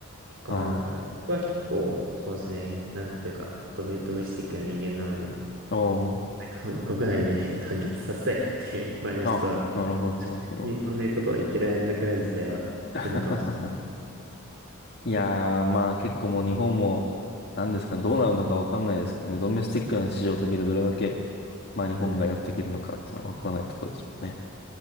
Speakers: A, on the right; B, on the left.
A: 結構あるのかな。
B: た。は
A: 僕は結構、そうですね。なんていうか、ドメ、ドメスティックな人間なので、
B: い。おー。
A: <laughs> 割と国内で <laughs> 完結させたいなっていう、まあね、
B: あ、
A: ちょっと、
B: なるほど、
A: 正直にそんなことを言ってられなくなる自体は来るのかもしれない。
B: なるほど。<laughs> いやー、まあ結構もう日本も、なんですかね、どうなるのかわかんないですけどね、ドメスティックな市場だけでどれだけ、まあ日本がやっていけるのかっていうのはわからないところですもんね。
A: うん。